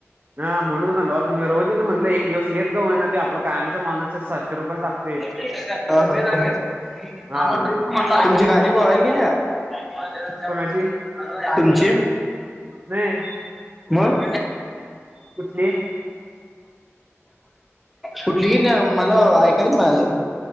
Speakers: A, on the right (about 35°); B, in the centre.
A: ह म्हणून कंडवा मी रोजीच म्हणले एक दिवसले का होई ना ते आप कायमचा माणस सशे रुपयालाा
B: यच मान
A: हा
B: तुमची गाडी बोवायला गेली
A: कोणाची
B: तुमची
A: नाही
B: मग
A: कुठली
B: कुठली कि नाही मला ऐकायला म्हणालं